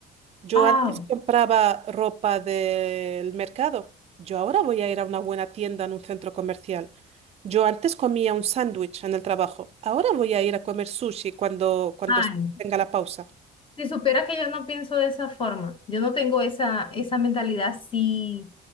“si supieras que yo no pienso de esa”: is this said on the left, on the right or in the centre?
Left